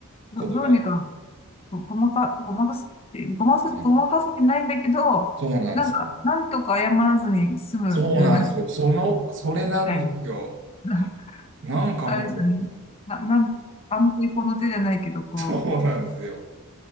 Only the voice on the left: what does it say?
ど、
どうにかご、ごまか、ごまかすって、ごまかす、
ごまかせてないんだけど、
なんか、なんとか謝らずに済むような
みたいな。<laughs>
あれですよね。な、なん、安定この手じゃないけど、こ